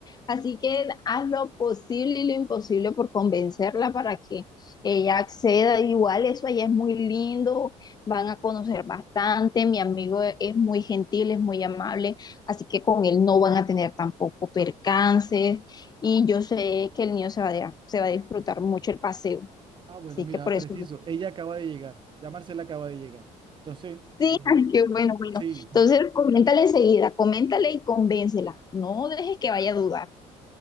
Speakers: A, on the left (about 30°); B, on the right (about 35°).
A: Así que haz lo posible y lo imposible por convencerla para que ella acceda. Igual eso allá es muy lindo, van a conocer bastante. Mi amigo e- es muy gentil, es muy amable, así que con él no van a tener tampoco percances. Y yo sé que el niño se va a, de- se va a disfrutar mucho el paseo.
B: Ah, bueno,
A: Así
B: mira,
A: que por eso.
B: preciso. Ella acaba de llegar. Ya Marcela acaba de llegar. Entonces,
A: Sí,
B: eh,
A: ay, qué bueno, bueno.
B: sí.
A: Entonces, coméntale enseguida, coméntale y convéncela. No dejes que vaya a dudar.